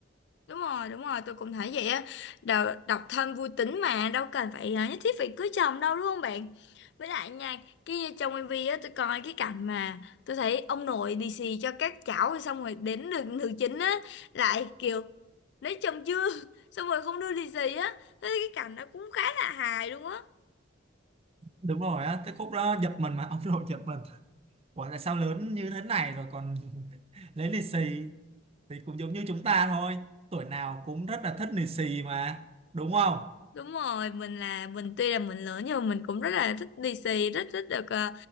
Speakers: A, on the left (about 60°); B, on the right (about 30°).
A: đúng rồi đúng rồi tôi cũng thấy vậy á Đờ- độc thân vui tính mà đâu cần phải à, nhất thiết phải cưới chồng đâu đúng không bạn với lại nha kia trong MV á tôi coi cái cảnh mà tôi thấy ông nội lì xì cho các cháu rồi xong rồi đến được nữ chính á lại kiểu lấy chồng chưa <laughs> xong rồi không đưa lì xì á thế cái cảnh nó cũng khá là hài luôn á
B: đúng rồi á tới khúc đó giật mình mà <laughs> ông nội giật mình ủa tại sao lớn như thế này rồi còn <laughs> lấy lì xì thì cũng giống như chúng ta thôi tuổi nào cũng rất là thích lì xì mà đúng không
A: Đúng rồi, mình là mình tuy là mình lớn nhưng mà mình cũng rất là thích lì xì, rất thích được ờ,